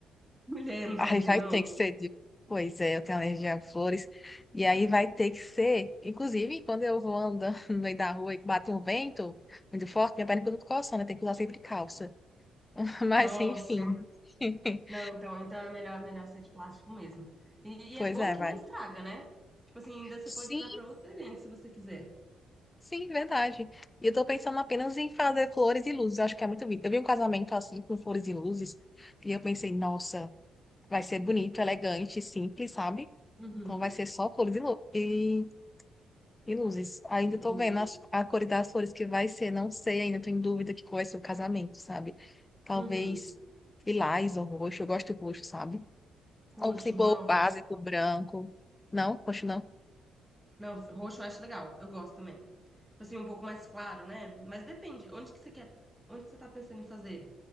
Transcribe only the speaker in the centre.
Mulher, não
sabia,
não?
Nossa.
Não, então, então é melhor, é melhor ser de plástico mesmo. E,
e é bom
que
nem estraga, né? Tipo assim, ainda você
pode usar pra outro evento se você quiser.
Uhum.
E luzes.
Uhum.
Coxo,
não,
rocha.
Não, roxo eu acho legal. Eu gosto também. Tipo assim, um pouco mais claro, né? Mas depende. Onde que você quer? Onde você tá pensando em fazer?